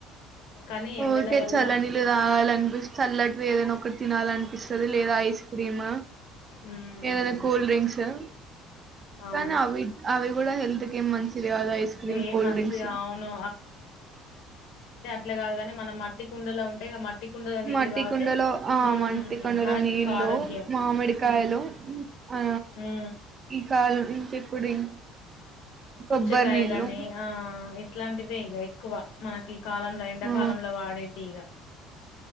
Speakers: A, on the left (about 75°); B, on the right (about 35°).
A: కానీ ఎండల
B: ఊకె
A: వల్ల
B: చల్లనీళ్లు తాగాాలనిపిస్తు చల్లట్వి ఏదైనా ఒకటి తినాలనిపిస్తది లేదా ఐస్ క్రీమ్
A: ఉమ్,
B: ఏదైనా కూల్ డ్రింక్స్ ఆ
A: అవును
B: కానీ అవి అవి కూడా హెల్త్ కి మంచిది గాదు ఐస్ క్రీమ్
A: ఏం
B: కూల్
A: మంచిది
B: డ్రింక్స్
A: అవును ఇట్ల కాదు గని మనం మట్టి కుండల ఉంటయి గ మట్ ట్టి కుండల నీల్లు
B: మట్టి
A: తాగితే
B: కుండలో ఆ
A: ఊ
B: మట్టి కుండలో
A: మనకి
B: నీళ్ళు
A: ఇంక ఆరోగ్యం
B: మామిడికాయలు
A: ఊ
B: ఆ
A: ఊ
B: ఈ కాలం ఇంకెప్పుడు కొబ్బరి
A: పుచ్చకాయలని
B: నీళ్ళు
A: ఆ ఇట్లాంటివే ఇగ ఎక్కువ మనకి కాలంలో ఎండాకాలంలో
B: ఆ
A: వాడేటియి ఇగ